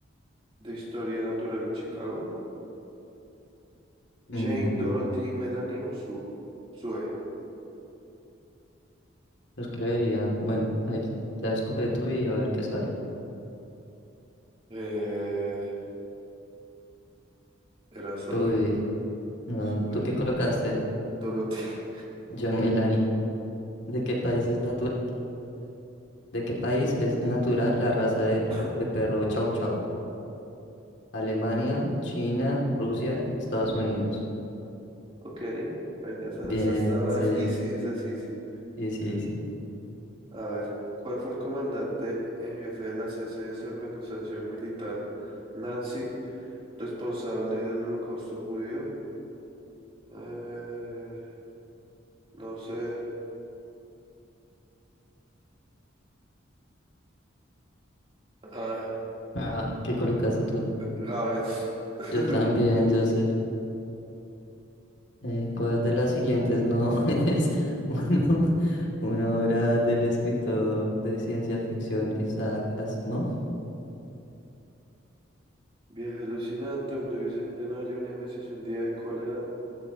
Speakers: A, on the right; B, on the left.
A: de Historia Natural en Chicago?
B: Mm,
A: Jane, Dorothy, Melanie o Sue? Sue.
B: los creería. Bueno, ahí ya escoge tú y a ver qué sale.
A: Eh, era Zoe.
B: Uy, no,
A: Sube.
B: ¿tú qué colocaste?
A: Dorothy.
B: Yo, Melanie. ¿De qué país es natural? ¿De qué país es
A: <coughs>
B: natural la raza de, p-
A: <laughs>
B: de perro Chau Chau? Alemania, China, Rusia, Estados Unidos.
A: Ok. Bueno, esa,
B: Bien,
A: esa estaba
B: sí,
A: easy, esa es easy.
B: sí,
A: Esa-
B: sí,
A: sí, sí.
B: sí.
A: A ver, ¿cuál fue el comandante en jefe de la CCS, organización militar Nancy, responsable del holocausto judío? Eh, no sé. Ay,
B: Ah, ¿qué colocaste tú?
A: Goebbels. <laughs>
B: Yo también, Joseph. Eh, ¿cuál de las siguientes no <laughs> es uno- una obra del escritor de ciencia ficción Isaac Asimov?
A: Viaje alucinante, hombre bicentenario, Némesis, un día de cólera.